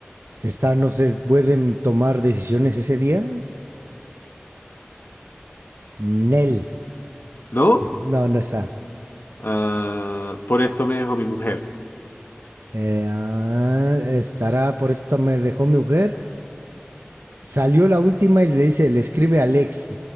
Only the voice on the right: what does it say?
¿Está, no se pueden tomar decisiones ese día? Nel.
No, no está.
Eh, ah, estará, por esto me dejó mi mujer. Salió la última y le dice, le escribe a Alex,